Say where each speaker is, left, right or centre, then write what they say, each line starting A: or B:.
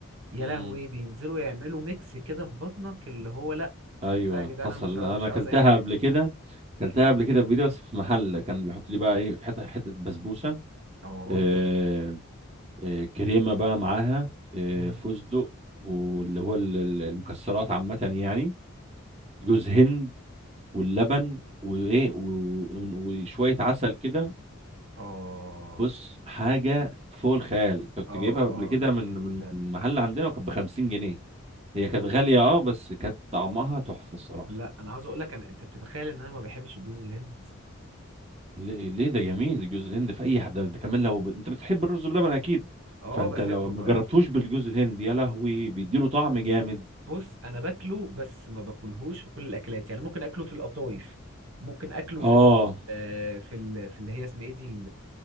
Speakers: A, on the right; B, on the right.
A: يا
B: امم
A: لهوي بينزلوا يعملوا ميكس كده في بطنك اللي هو لا
B: ايوه
A: لا يا جدعان
B: حصل
A: انا مش عاوز
B: انا
A: مش
B: اكلتها
A: عاوز اي حاجه
B: قبل
A: تاني
B: كده اكلتها قبل كده بيدي بس في محل كان بيحط لي بقى ايه حته حته بسبوسه
A: اه
B: آه آه كريمه بقى معاها آه
A: مم.
B: فستق واللي هو ال- ال- المكسرات عامه يعني جوز هند واللبن وايه و- وشويه عسل كده
A: اه
B: بص حاجه فوق الخيال كنت
A: اه
B: جايبها قبل
A: اه
B: كده من
A: جميله
B: من محل عندنا وكانت ب 50 جنيه هي كانت
A: ال-
B: غاليه اه بس كانت طعمها تحفه الصراحه
A: لا انا عاوز اقول لك انا انت بتتخيل ان انا ما بحبش الجوز الهند
B: ليه ليه ده جميل جوز الهند في اي حد ده كمان لو بت... انت بتحب الرز بلبن اكيد
A: اه
B: فانت
A: بحبه
B: لو ما
A: ب...
B: جربتوش بالجوز الهند يا لهوي بيديله طعم جامد
A: بص انا باكله بس ما باكلهوش في كل الاكلات يعني ممكن اكله في القطايف ممكن اكله
B: اه
A: في ال... آه، في ال... في اللي هي اسمها ايه دي